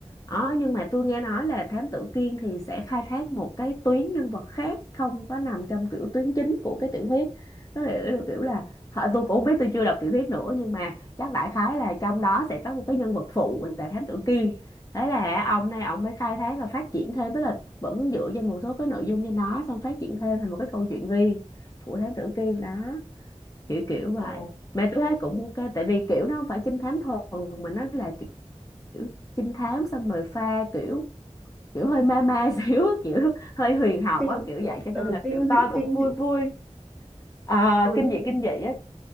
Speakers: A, on the left; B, in the centre.
A: đó. nhưng mà tôi nghe nói là Thám Tử Kiên thì sẽ khai thác một cái tuyến nhân vật khác không có nằm trong kiểu tuyến chính của cái tiểu thuyết nó là là kiểu là hả, tôi cũng không biết tôi chưa đọc tiểu thuyết nữa nhưng mà chắc đại khái là trong đó sẽ có một cái nhân vật phụ là Thám Tử Kiên thế là ông này ông mới khai thác và phát triển thêm tức là vẫn dựa trên một số cái nội dung trên đó xong phát triển thêm thành một cái câu chuyện riêng của thám tử Kiên đó kiểu kiểu vậy
B: Ồ,
A: mà tôi thấy cũng ok tại vì kiểu nó không phải trinh thám thuần mà nó là kiểu trinh thám xong rồi pha kiểu kiểu hơi ma ma <laughs> xíu kiểu hơi huyền học
B: Kinh
A: á kiểu
B: kinh
A: vậy cho nên
B: ờ,
A: là
B: kinh
A: kiểu
B: dị
A: coi
B: kinh
A: cũng vui
B: dị.
A: vui à,
B: Ừ
A: kinh
B: nhưng,
A: dị kinh dị á